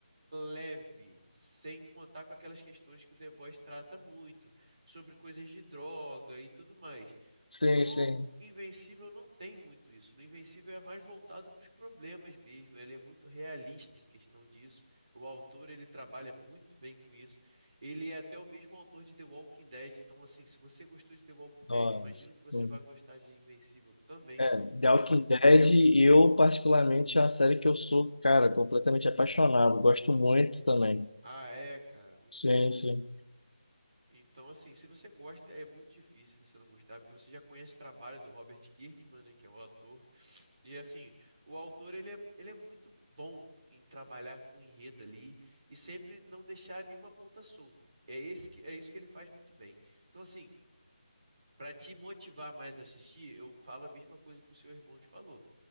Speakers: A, on the right; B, on the left.
A: leve, sem contar com aquelas questões que o The Boys trata muito, sobre coisas de droga e tudo mais.
B: sim,
A: No
B: sim.
A: Invencível não tem muito isso. No Invencível é mais voltado para os problemas mesmo. Ele é muito realista em questão disso. O autor ele trabalha muito bem com isso. Ele é até o mesmo autor de The Walking Dead. Então, assim, se você gostou de The Walking
B: Nossa,
A: Dead, imagino que você
B: sim.
A: vai gostar de Invencível também.
B: É, The
A: É mais
B: Walking
A: um motivo.
B: Dead, eu particularmente é uma série que eu sou, cara, completamente apaixonado. Gosto muito também.
A: Ah, é, cara, muito
B: Sim,
A: bom.
B: sim.
A: Então, assim, se você gosta, é muito difícil você não gostar, porque você já conhece o trabalho do Robert Kirkman, né, que é o autor. E, assim, o autor, ele é, ele é muito bom em trabalhar com enredo ali e sempre não deixar nenhuma ponta solta. É esse que, é isso que ele faz muito bem. Então, assim, para te motivar mais a assistir, eu falo a mesma coisa que o seu irmão te falou.